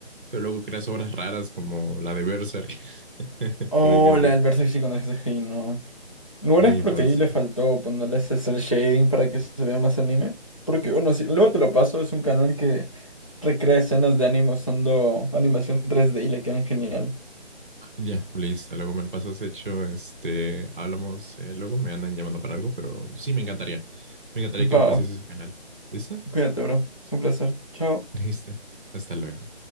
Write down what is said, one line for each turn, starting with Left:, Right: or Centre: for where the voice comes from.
Right: pero luego creas obras raras como la de Berserk, <laughs>
Left: Oh,
Right: por ejemplo.
Left: la del Versace con el CGI, no. ¿No
Right: Y
Left: es porque
Right: pues,
Left: ahí le faltó ponerle ese cel shading para que se vea más anime? Porque, bueno, sí, luego te lo paso, es un canal que recrea escenas de anime usando animación tres d y le quedan genial.
Right: Ah, Ya, listo. Luego me lo pasas hecho. Este, hablamos. eh, luego me andan llamando para algo, pero sí me encantaría. Me encantaría que
Left: Pa,
Right: me pases ese canal. ¿Listo?
Left: cuídate, bro. Es un placer. Chao.
Right: Listo. Hasta luego.